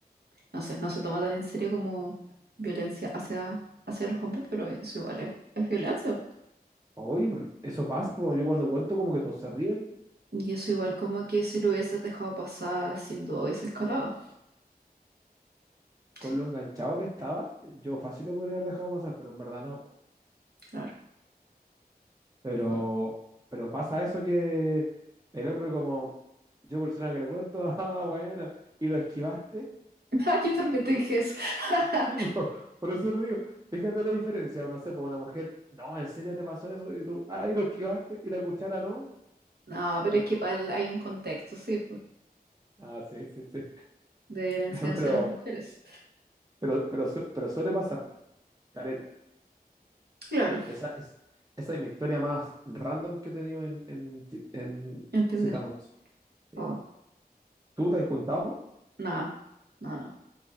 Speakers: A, on the right; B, on the right.
A: no sé, no se toma tan en serio como violencia hacia, hacia los hombres, pero eso igual es, es violencia.
B: Oye, eso pasa, po. Yo cuando cuento como que todos se ríen.
A: Y eso igual como que si lo hubieses dejado pasar, sin duda hubiese escalado.
B: Con
A: Sí,
B: lo enganchado que estaba, yo fácil lo podría haber dejado pasar, pero en verdad no,
A: claro.
B: Pero,
A: Obvio.
B: pero pasa eso que el hombre como yo persona que le cuento, <laughs> ah, bueno, y lo esquivaste. <laughs>
A: <laughs> Yo también te dije eso. <laughs>
B: Sí, po, por eso te digo, fíjate la diferencia, no sé, por una mujer, no, ¿en serio te pasó eso? Y tú, ah, y lo esquivaste, y la cuchara no.
A: No, pero es que igual hay un contexto, sí, po,
B: Ah, sí, sí, sí.
A: de violencia
B: <laughs>
A: hacia
B: Pero,
A: las mujeres.
B: pero, pero, su- pero suele pasar, po, caleta.
A: Claro.
B: Esa es, esa es mi historia más random que he tenido en, en, en
A: Entender.
B: Citamos. Sí.
A: Oh,
B: ¿Tú te has juntado?
A: no, no, no.